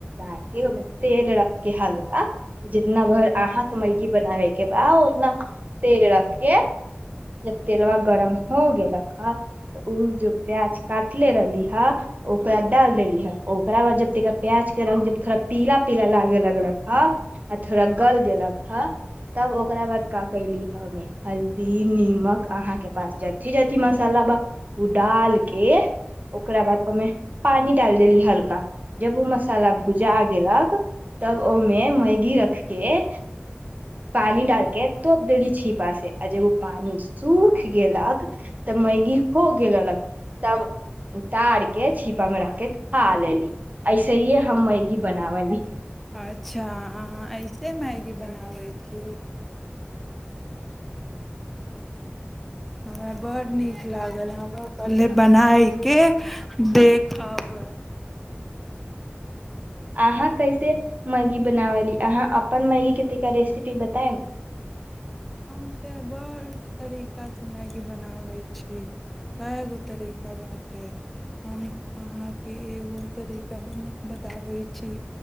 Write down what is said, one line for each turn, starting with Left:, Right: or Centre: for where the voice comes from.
Right: के ओहिमे तेल रखके हल्का जितना भर आहाथ मैर्गी बनाबे के बा उतना तेल रखके जब तेलबा गरम हो गेलक हऽ तऽ ओ जो प्याज काटले रहली हऽ ओकरा डालि देली हऽ ओकरा बाद जब तिका प्याजके रङ्ग जब थोड़ा पीला पीला लागे लगलक हऽ आ थोड़ा गलि गेलक हऽ तब ओकरा बाद क कयली हऽ ओहिमे हल्दी निक अहाँ के पास जथी जथी मसाला बा ओ डाल के ओकरा बाद ओहिमे पानी डाल देली हल्का जब ओ मसाला भुजा गक तब ओहिमे मैगी रख के पानी डालके तोप देली छीपा से आ जब ओ पानि सूख गेलक तऽ मैगी हो गेललक तब उतार के छीपा मे रख के खा लेली ऐसे हीे हम मैगी बनावली
Centre: अच्छा अहाँ त मैगी बनाबै छी हमरा बड्ड नीक लागल हम पहिले बनाय कऽ देखब
Right: अहाँ कैसे मैगी बनाव ली अहाँ अपन मैगी कता रेसिपी बतायम
Centre: हम तऽ बड़ तरीकासँ मैगी बनाबै छी कए गो तरीका बाँटय हम अहाँके एगो तरीका बना बताबै छी